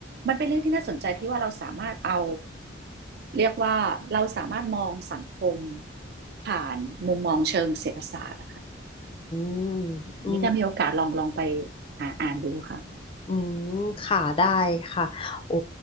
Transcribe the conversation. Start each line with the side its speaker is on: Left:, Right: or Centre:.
Right: มันเป็นเรื่องที่น่าสนใจที่ว่าเราสามารถเอาเรียกว่าเราสามารถมองสังคมผ่านมุมมองเชิงเศรษฐศาสตร์นะคะ
Left: อืม
Right: นี่ถ้ามีโอกาสลองลองไปหาอ่านดูค่ะ
Left: อืม ค่ะ ได้ค่ะ โอ้